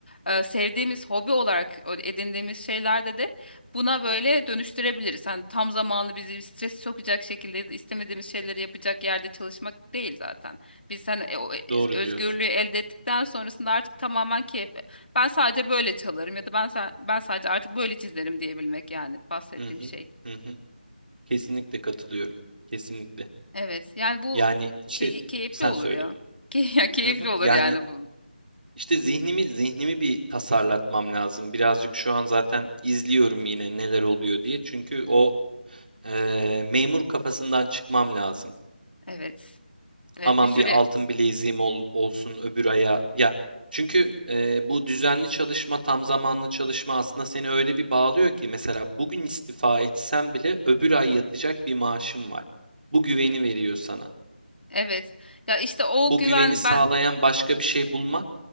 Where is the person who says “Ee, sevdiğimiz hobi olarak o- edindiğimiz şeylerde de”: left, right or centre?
Left